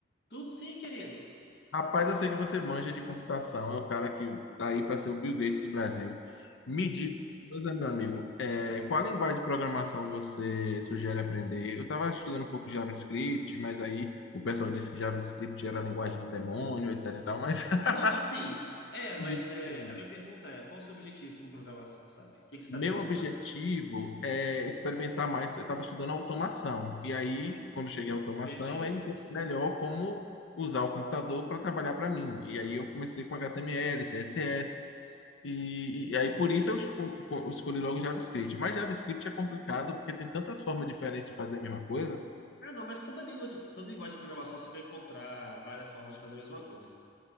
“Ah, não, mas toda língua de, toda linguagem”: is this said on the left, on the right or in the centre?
Left